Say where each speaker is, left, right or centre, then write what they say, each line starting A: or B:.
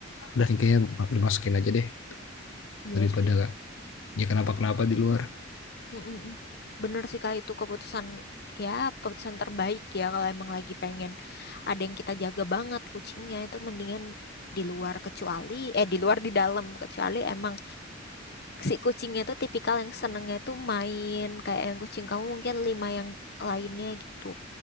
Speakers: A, on the left (about 70°); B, on the left (about 55°).
A: udah nih kayaknya dimasukin aja deh
B: Iya
A: daripada
B: sih.
A: dia kenapa-kenapa di luar
B: Mm-mm. Bener sih Kak itu keputusan ya keputusan terbaik ya kalau emang lagi pengen ada yang kita jaga banget kucingnya itu mendingan di luar kecuali eh di luar di dalam kecuali emang si kucingnya tuh tipikal yang senengnya tuh main kayak yang kucing kamu mungkin lima yang lainnya gitu.